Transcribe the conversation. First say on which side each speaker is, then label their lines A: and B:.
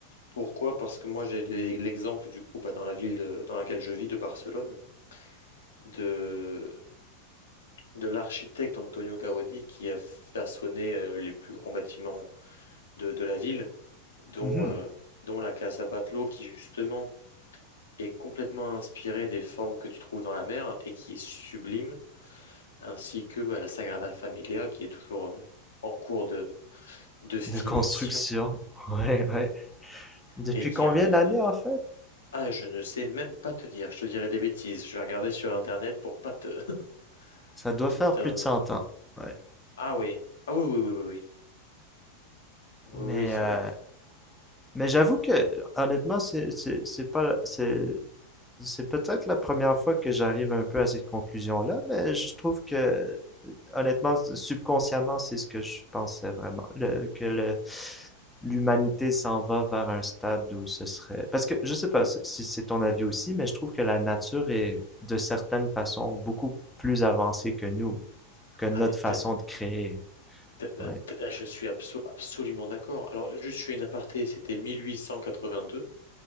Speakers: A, on the left (about 65°); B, in the centre.
A: Pourquoi? Parce que moi, j'ai l'e- l'exemple, du coup, bah, dans la ville de- dans laquelle je vis, de Barcelone, de, de l'architecte Antonio Gaudi qui a façonné euh, les plus grands bâtiments de, de la ville, dont,
B: Mhm.
A: euh, dont la Casa Batlló, qui justement est complètement inspirée des formes que tu trouves dans la mer et qui est sublime, ainsi que bah, la Sagrada Familia, qui est toujours euh, en cours de, de finition
B: De construction. <laughs> Ouais, ouais. Depuis
A: Et qui
B: combien
A: en effet...
B: d'années en fait?
A: Ah, je ne sais même pas te dire. Je te dirai des bêtises. Je vais regarder sur Internet pour pas te, <laughs>
B: Ça doit
A: te
B: faire
A: dire...
B: plus de 100 ans. Ouais.
A: Ah oui. Ah oui, oui, oui, oui, oui. Oui,
B: Mais,
A: oui, ça...
B: euh, mais j'avoue que honnêtement, c'est c'est- c'est pas c'est C'est peut-être la première fois que j'arrive un peu à cette conclusion-là, mais je trouve que, honnêtement, subconsciemment, c'est ce que je pensais vraiment, le- que le- l'humanité s'en va vers un stade où ce serait... Parce que, je sais pas si si c'est ton avis aussi, mais je trouve que la nature est, de certaines façons, beaucoup plus avancée que nous, que notre
A: Ah, mais
B: façon
A: tel-
B: de créer.
A: tel- bah,
B: Ouais.
A: tel- ah, je suis abso- absolument d'accord. Alors, juste, je fais une aparté. C'était 1882.